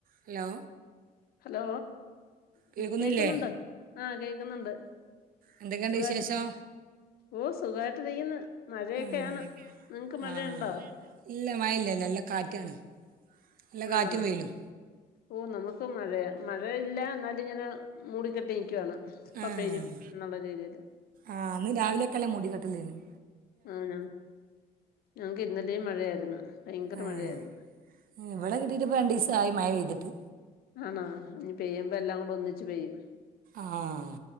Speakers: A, on the right; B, on the left.
A: Hello
B: hello
A: കേൾക്കുന്നില്ലേ
B: കേക്കുന്നുണ്ടോ ആഹ് കേൾക്കുന്നുണ്ട്
A: എന്തൊക്കെയുണ്ട്
B: സുഖായി
A: വിശേഷം
B: ഓ സുഖായിട്ട് ഇരിക്ക്ന്നു മഴയൊക്കെയാണ്
A: ഉം
B: നിങ്ങക്ക് മഴയുണ്ടോ
A: ആഹ് ഇല്ല മഴല്ലല്ല നല്ല കാറ്റാണ് നല്ല കാറ്റും
B: ആണോ
A: വെയിലും
B: ഓ നമുക്കും മഴയാ മഴ ഇല്ല ന്നാലിങ്ങനെ മൂടിക്കെട്ട് നിക്കുവാണ് ഇപ്പോ
A: ആഹ്
B: പെയും എന്നുള്ള രീതിയിൽ
A: ആഹ് ഇന്ന് രാവിലെ ഒക്കെനല്ല മൂടികെട്ടലാരുന്നു
B: ആണോ ഞങ്ങക്ക് ഇന്നലേം മഴയായിരുന്നു ഭയങ്കര
A: ഏഹ്
B: മഴയായിരുന്നു
A: ഇവടെ കിട്ടിട്ട്പ്പ രണ്ടീസായി മഴ പെയ്തിട്ട്
B: ആണാ ഇനി പെയ്യ്മ്പ എല്ലാം കൂടെ ഒന്നിച്ച് പെയ്യും
A: ആഹ്